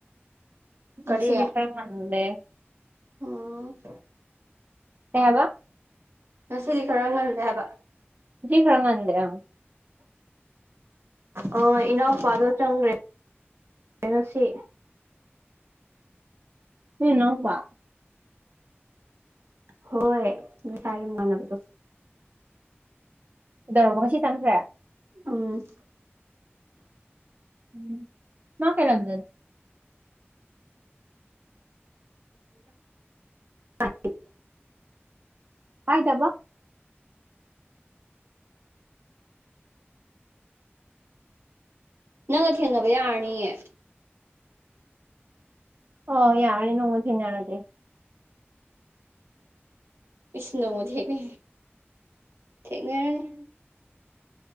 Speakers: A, on the right (about 40°); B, on the right (about 70°).
A: ꯉꯁꯤꯗꯤ
B: ꯀꯔꯤ
A: ꯈꯔ ꯉꯜꯂꯦ
B: ꯎꯝ
A: ꯀꯩ ꯍꯥꯏꯕ
B: ꯉꯁꯤꯗꯤ ꯈꯔ ꯉꯜꯂꯦ ꯍꯥꯏꯕ
A: ꯉꯁꯤ ꯈꯔ ꯉꯟꯗꯦ ꯑꯪ
B: ꯑꯣ ꯏꯅꯥꯎꯄꯥꯗꯣ ꯆꯪꯈ꯭ꯔꯦ ꯉꯁꯤ
A: ꯅꯣ ꯅꯅꯥꯎꯄꯥ
B: ꯍꯣꯏ ꯉꯁꯥꯏꯒꯤ ꯃꯃꯥꯟꯅꯕꯗꯣ
A: ꯗꯧꯔꯕ ꯉꯁꯤ ꯆꯪꯈ꯭ꯔꯦ
B: ꯎꯝ
A: ꯝ ꯃꯥ ꯀꯩꯂꯝꯗꯩꯅꯣ
B: <unintelligible>
A: ꯀꯥꯏꯗꯥꯕ
B: ꯅꯪꯒ ꯊꯦꯡꯅꯕ ꯌꯥꯔꯅꯤꯌꯦ
A: ꯑꯣ ꯌꯥꯔꯅꯤ ꯅꯣꯡꯃ ꯊꯦꯡꯅꯔꯖꯦ
B: ꯏꯁ ꯅꫭꯡꯃ ꯊꯦꯡꯅ ꯊꯦꯡꯅꯔꯅꯤ